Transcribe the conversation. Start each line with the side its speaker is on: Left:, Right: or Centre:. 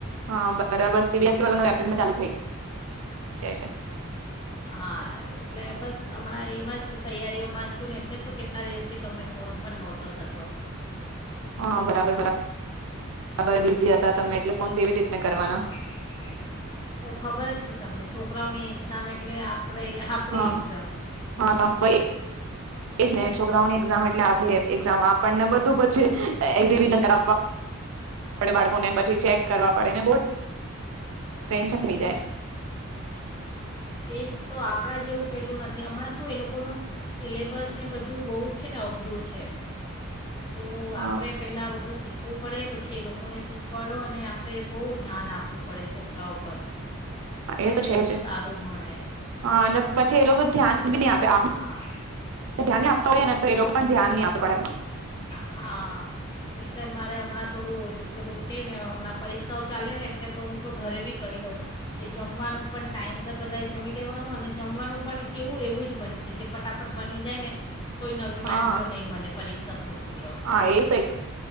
Right: હા બરાબર સીબીએસ સી <unintelligible> ચાલુ થાય.
Left: હા એટલે બસ હમણાં એમાં જ તૈયારીઓમાં છું ને એટલે જ તો કેટલા દિવસથી તમને ફોન પણ નહોતો થતો.
Right: હા બરાબર બરાબર બરાબર બિઝી હતા તમે એટલે ફોન કેવી રીતના કરવાના?
Left: હા ખબર જ છે તમને છો કરાઓની એક્ઝામ એટલે આપ પડે આપણી
Right: હા
Left: એક્ઝામ.
Right: હા તો ભઈ એજ ને છોકરાઓની એક્ઝામ એટલે આપેડી. એક્ઝામ આપણને બધ તો પછી એક્ઝિબિશન કરાવ. બાળકોને પછી ચેક કરવા પડેને બોઉ ટેન્શન થઈ જાય.
Left: એ જ તો આપણાં જેવું પહેલું નથી હમણાં શું એ લોકોનું સિલેબસને બધું બહુ જ છે ને અઘરું છે. તો
Right: હા
Left: આપણે પેલા બધું શીખ શીખવું પડે પછી એ લોકોને શીખવાડો અને આપણે બહુ ધ્યાન આપવું પડે છોકરાઓ પર. તો
Right: એ
Left: જે
Right: છે
Left: લોકો
Right: જ
Left: સારું ભણે
Right: હા અને પછી એ લોકો થિયા. આપ્યા આપે
Left: હા
Right: ધ્યાન નહિ આપતા હોઈ ને તો એ લોકો પણ ધ્યાન નહી આપે પઢાઈ માં.
Left: હા એટલે મારે હમણાં થોડું બધું કહી ને હમણાં પરીક્ષાઓ ચાલે ને એટલે તો હું તો ઘરે બી કહી દઉં કે જમવાનું પણ ટાઈમ સર બધાએ જમી લેવાનું અને જમવાનું પણ કેવું એવું જ બનશે જે ફટાફટ બની જાય ને કોઈ નવી
Right: હા
Left: વાનગીઓ નહી બને પરીક્ષા પૂરતી તો
Right: હા એ તો.